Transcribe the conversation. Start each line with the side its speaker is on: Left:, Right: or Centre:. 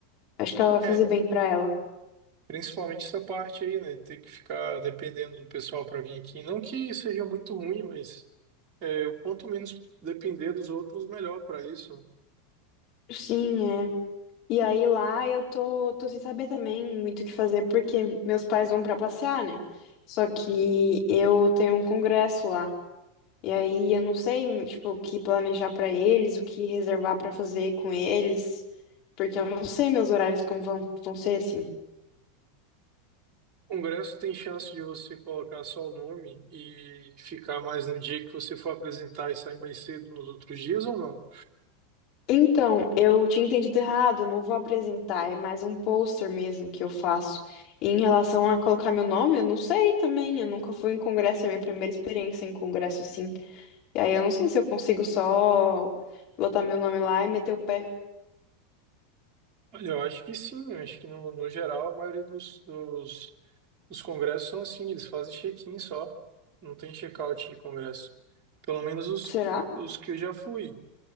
Left: Acho que ela vai fazer
Right: É,
Left: bem pra ela.
Right: principalmente essa parte aí, né? Ter que ficar dependendo do pessoal para vir aqui. Não que seja muito ruim, mas é, o quanto menos depender dos outros, melhor para isso. né?
Left: Sim, é. E aí lá eu tô, tô sem saber também muito o que fazer, porque meus pais vão pra passear, né? Só que eu tenho um congresso lá. E aí eu não sei, tipo, o que planejar pra eles, o que reservar pra fazer com eles, porque eu não sei meus horários como vão, vão ser assim.
Right: Congresso tem chance de você colocar só o nome e ficar mais no dia que você for apresentar e sair mais cedo nos outros dias ou não?
Left: Então, eu tinha entendido errado, eu não vou apresentar, é mais um pôster mesmo que eu faço. E em relação a colocar meu nome, eu não sei também, eu nunca fui em congresso, é a minha primeira experiência em congresso assim. E aí eu não sei se eu consigo só botar meu nome lá e meter o pé.
Right: Olha, eu acho que sim, eu acho que no, no geral a maioria dos, dos, dos congressos são assim, eles fazem check-in só, não tem check-out de congresso. Pelo menos os,
Left: Será?
Right: os que eu já fui,